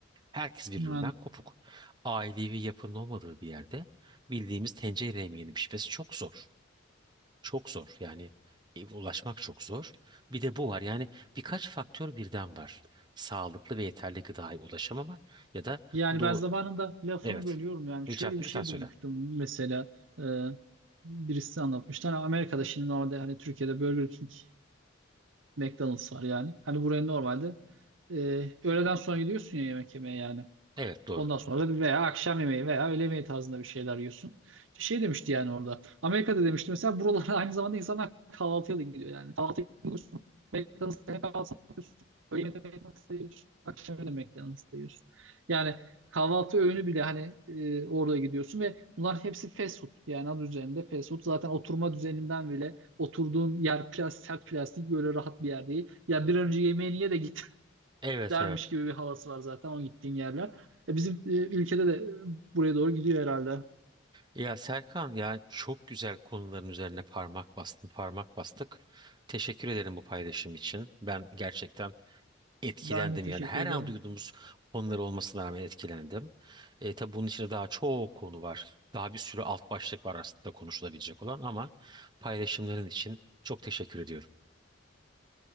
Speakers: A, on the right; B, on the right.
A: Herkes birbirinden
B: Yani,
A: kopuk. Ailevi yapının olmadığı bir yerde bildiğimiz tencere yemeğinin pişmesi çok zor. Çok zor. Yani e, ulaşmak çok zor. Bir de bu var. Yani birkaç faktör birden var. Sağlıklı ve yeterli gıdaya ulaşamama ya da
B: yani
A: doğu...
B: ben zamanında lafını
A: Evet.
B: bölüyorum yani.
A: Rica,
B: Şöyle
A: lütfen
B: bir şey
A: söyle.
B: duymuştum mesela. e, birisi anlatmıştı. Hani Amerika'da şimdi normalde hani Türkiye'de Burger King McDonald's var yani. Hani buraya normalde e, öğleden sonra gidiyorsun ya yemek yemeye yani.
A: Evet doğru.
B: Ondan sonra da bir veya akşam yemeği veya öğle yemeği tarzında bir şeyler yiyorsun. İşte Şey demişti yani orada. Amerika'da demişti mesela buralara aynı zamanda insanlar kahvaltıya da gidiyor yani. Kahvaltı gidiyorsun McDonald's'ta kahvaltı yapıyorsun. Öğle yemeğinde McDonald's'ta yiyorsun. Akşam yemeğinde McDonald's'ta yiyorsun. Yani kahvaltı öğünü bile hani e, orada gidiyorsun ve bunlar hepsi fast food. Yani adı üzerinde fast food. Zaten oturma düzeninden bile oturduğun yer plastik, sert plastik böyle rahat bir yer değil. Ya bir an önce yemeğini ye de git
A: Evet
B: dermiş
A: evet.
B: gibi bir havası var zaten o gittiğin yerler. E, bizim e, ülkede de e, buraya doğru gidiyor herhalde.
A: Ya Serkan yani çok güzel konuların üzerine parmak bastın, parmak bastık. Teşekkür ederim bu paylaşım için. Ben gerçekten etkilendim
B: Ben de teşekkür
A: yani her
B: ederim.
A: an duyduğumuz konuları olmasına rağmen etkilendim. E, tabii bunun içinde daha çok konu var. Daha bir sürü alt başlık var aslında konuşulabilecek olan ama paylaşımların için çok teşekkür ediyorum.